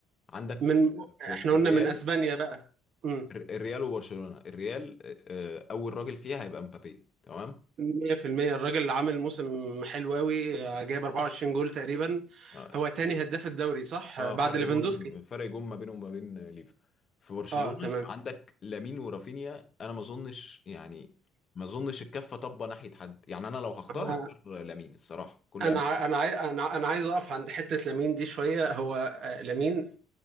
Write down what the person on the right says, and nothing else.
من
احنا
قلنا من اسبانيا بقى امم
100% الراجل اللي عامل موسم حلو قوي جايب 24 جول تقريبا
هو تاني
هداف الدوري صح
بعد
ليفاندوسكي
اه تمام
انا
انا
ع- انا عاي- انا انا عايز اقف عند حتة لامين دي شوية هو آه، لامين